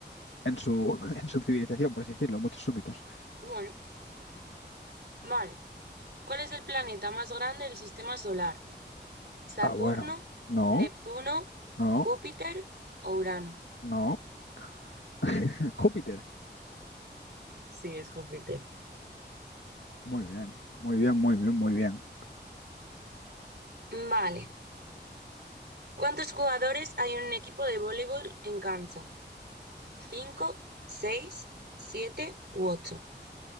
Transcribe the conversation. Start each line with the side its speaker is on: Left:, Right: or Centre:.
Left: en su, <laughs> en su civilización, por así decirlo, muchos súbitos.
Right: Bueno, vale. ¿Cuál es el planeta más grande del sistema solar? ¿Saturno,
Left: Ah, bueno, no.
Right: Neptuno,
Left: No.
Right: Júpiter o Urano?
Left: No, <laughs> Júpiter.
Right: Sí, es Júpiter.
Left: Muy bien, muy bien, muy bien, muy bien.
Right: Vale. ¿Cuántos jugadores hay en un equipo de voleibol en cancha? ¿Cinco, seis, siete u ocho?